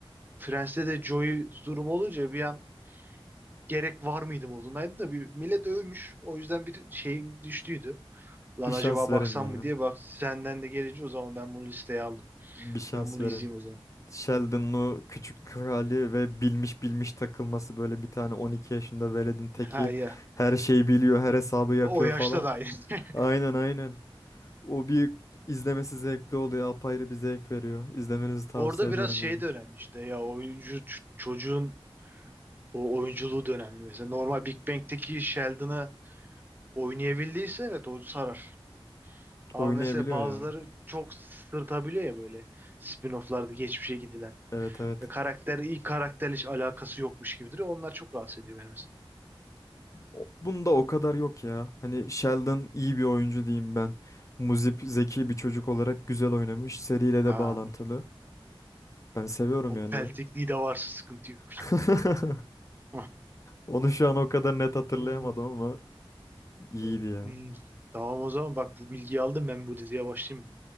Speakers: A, on the right (about 20°); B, on the left (about 35°).
A: Friends'te de Joey durum olunca bir an gerek var mıydı modundaydı da bir millet övmüş. O yüzden bir şey düştüydü. Lan
B: Bir şans
A: acaba
B: verin
A: baksam
B: ya.
A: mı diye bak senden de gelince o zaman ben bunu listeye aldım.
B: Bir şans
A: Ben bunu
B: verin.
A: izleyeyim o zaman.
B: Sheldon'lu küçük krali ve bilmiş bilmiş takılması böyle bir tane 12 yaşında veledin teki
A: Ha ya.
B: her şeyi biliyor, her hesabı yapıyor
A: O yaşta
B: falan.
A: da aynı. <laughs>
B: Aynen aynen. O bir izlemesi zevkli oluyor, apayrı bir zevk veriyor. İzlemenizi tavsiye
A: Orada
B: ediyorum
A: biraz şey
B: yani.
A: de önemli işte ya oyuncu ç- çocuğun o oyunculuğu da önemli. Mesela normal Big Bang'teki Sheldon'ı oynayabildiyse evet o sarar. Ama
B: Oynayabiliyor
A: mesela bazıları
B: ya.
A: çok sırtabiliyor ya böyle spin-off'larda geçmişe gidilen.
B: Evet evet.
A: Ve karakter ilk karakterle hiç alakası yokmuş gibidir. Onlar çok rahatsız ediyor beni mesela.
B: O- Bunda o kadar yok ya. Hani Sheldon iyi bir oyuncu diyeyim ben. Muzip zeki
A: Hı.
B: bir çocuk olarak güzel oynamış. Seriyle de
A: Ha
B: bağlantılı. Ben seviyorum
A: o
B: yani
A: peltekliği
B: ya.
A: de varsa sıkıntı yok.
B: <laughs>
A: Hah.
B: Onu şu an o kadar net hatırlayamadım
A: Hı hı.
B: ama İyiydi
A: Hı.
B: ya.
A: Tamam o zaman bak bu bilgiyi aldım ben bu diziye başlayayım mı?